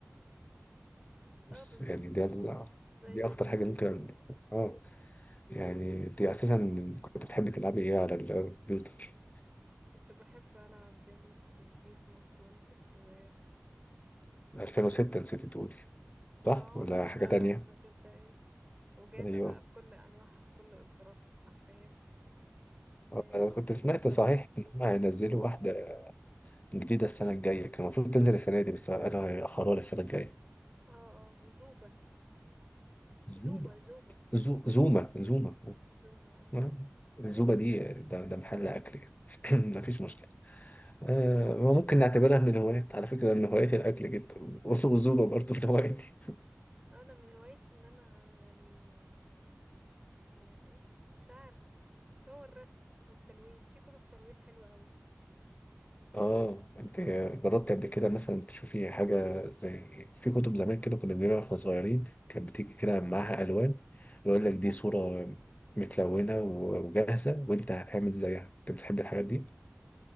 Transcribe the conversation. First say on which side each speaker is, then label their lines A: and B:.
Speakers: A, on the left (about 30°); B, on the right (about 15°).
A: بس
B: اه بالظبط
A: يعني ده ال-
B: زي
A: دي
B: كده
A: اكتر حاجه ممكن اه يعني دي اساسا كنت بتحبي تلعبي ايه على الكمبيوتر
B: كنت بحب ألعب نيد فور سبيد موست وانتد و
A: 2006 نسيت تقولي صح
B: اه
A: ولا حاجه
B: اه
A: تانية
B: 2006 أيوة وجاتا
A: ايوه
B: بقى بكل أنواعها بكل إصداراتها حرفيا وزوبا
A: آه، انا كنت سمعت صحيح ان هم هينزلوا واحده جديده السنه الجايه كان المفروض تنزل السنه دي بس انا هيأخروها للسنه الجايه
B: اه اه وزوبا
A: زوبا
B: زوما زوما
A: زو... زوما زوما
B: زوما
A: آه، الزوبا دي ده, ده محل اكل يعني <laughs> <clears throat> مفيش مشكله آه ممكن نعتبرها من الهوايات على فكرة أنا هوايتي الأكل جدا <laughs> والزوبة برضه من هوايتي
B: اه أنا من هوايتي إن أنا يعني لا إيه مش عارف هو الرسم والتلوين في كتب تلوين حلوة قوي
A: اه انت جربت قبل كده مثلا تشوفي حاجه زي في كتب زمان كده كنا بنجيبها واحنا صغيرين كانت بتيجي كده معاها الوان ويقول
B: مم.
A: لك دي صوره متلونه و- وجاهزه وانت هتعمل زيها انت بتحب الحاجات دي